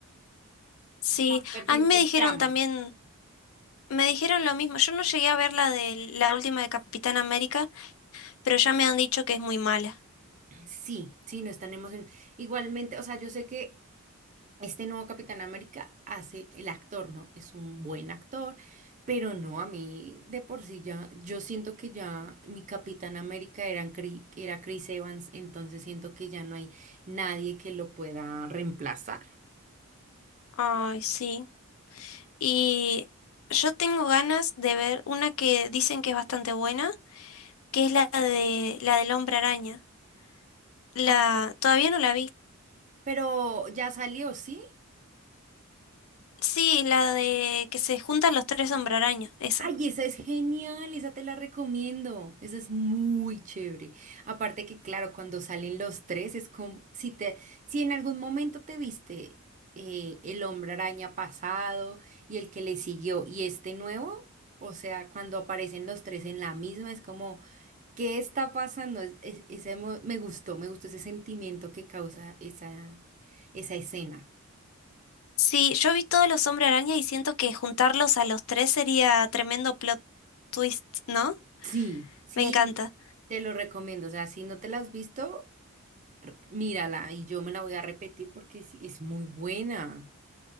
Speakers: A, on the left; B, on the right.
A: sí.
B: Están perdiendo
A: A mí me
B: el
A: dijeron
B: trama.
A: también, me dijeron lo mismo. Yo no llegué a ver la de la última de Capitán América, pero ya me han dicho que es muy mala.
B: Sí, sí, no están emocionados. Igualmente, o sea, yo sé que Este nuevo Capitán América hace, el actor, ¿no? Es un buen actor, pero no, a mí de por sí ya, yo siento que ya mi Capitán América era, Cri- era Chris Evans, entonces siento que ya no hay nadie que lo pueda reemplazar.
A: Ay, sí. Y yo tengo ganas de ver una que dicen que es bastante buena, que es la de la del Hombre Araña. La
B: Ah,
A: todavía no la vi.
B: pero ya salió, ¿sí?
A: Sí, la de que se juntan los tres hombre araña, esa.
B: Ay, esa es genial, esa te la recomiendo. Esa es muy chévere. Aparte que, claro, cuando salen los tres, es como si te, si en algún momento te viste eh, el hombre araña pasado y el que le siguió y este nuevo, o sea, cuando aparecen los tres en la misma, es como, ¿qué está pasando? Es- es- ese mo- me gustó, me gustó ese sentimiento que causa esa, esa escena.
A: Sí, yo vi todos los hombre araña y siento que juntarlos a los tres sería tremendo plot twist, ¿no?
B: Sí, sí,
A: Me encanta.
B: te lo recomiendo. O sea, si no te la has visto. Mírala y yo me la voy a repetir porque sí, es muy buena.